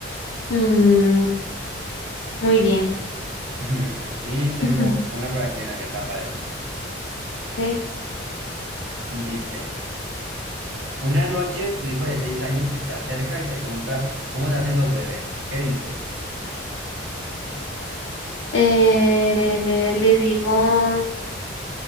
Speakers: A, on the left (about 85°); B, on the right (about 85°).
A: Mm, muy bien.
B: <laughs> Y tengo
A: Ujú.
B: una para aquí, mira, que está padre.
A: Ok.
B: Dice. Una noche tu hijo de seis años se te acerca y te pregunta cómo se hacen los bebés. ¿Qué dices?
A: Eh, le digo,